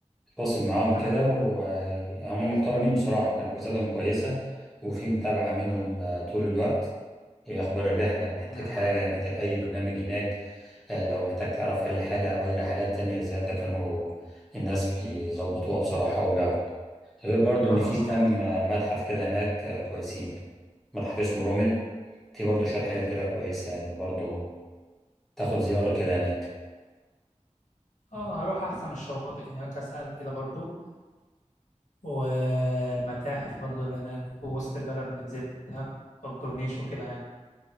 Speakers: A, in the centre; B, on the left.
A: اتواصل معاهم
B: تمام
A: كده وهم محترمين بصراحة كان حجوزاتهم كويسة وفي متابعة منهم آه، طول الوقت ايه اخبار الرحلة محتاج
B: تمام
A: حاجة محتاج اي برنامج هناك آه، لو محتاج تعرف اي حاجة او اي رحلات تانية زيادة كانوا الناس بيظبطوها بصراحة وبيعملوها غير برضو
B: خلاص
A: ان في كام
B: تمام
A: متحف كده هناك كويسين متحف اسمه رومل في برضو شوية حاجات كده كويسة يعني برضو تاخد زيارة كده هناك
B: اه هروح احسن الشواطئ هناك اسال كده برضه والمتاحف برضه اللي هناك ووسط البلد ننزلها والكورنيش وكده يعني